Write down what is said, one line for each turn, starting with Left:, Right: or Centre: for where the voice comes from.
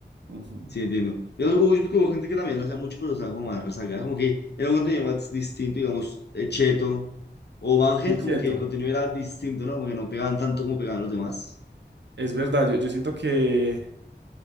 Right: ujú,
Left: Sí, entiendo. Yo, hubo- yo creo que hubo gente que también lo hacía mucho, pero estaba como más rezagada. Como que era un contenido más distinto, digamos, eh, Cheto o ángel
Right: inquieto.
Left: como que el contenido era distinto, ¿no? Como que no pegaban tanto como pegaban los demás.
Right: Es verdad, yo, yo siento que,